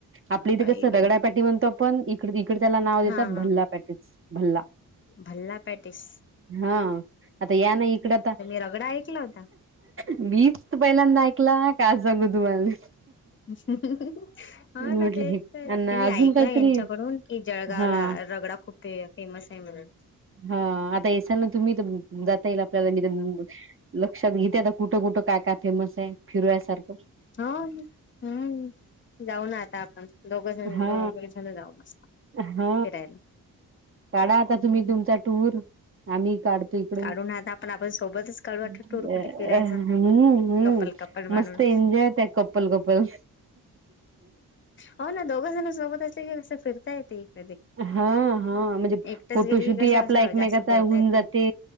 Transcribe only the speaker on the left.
बाई
बाई
हा
हा
भल्ला पॅटीस.
रगडा ऐकला होता
हा
ना तेच
तर
तेमी
ऐकलं
यांच्याकडून कि जळगावला
रगडा खूप ते फेमस आहे म्हणून.
हो हम्म जाऊ ना आता आपण दोघ जण
द जण जाऊ मस्त.
फिरायला
हम्म
काढू ना आता आपण आपण सोबतच काढू आता
टूर कुठे फिरायचा
कपल कपल म्हणून
हो ना दोघं जण सोबत असले <inaudible>
एकटच
गेली की
कसं
असं
जास्त बोलता
येत नाही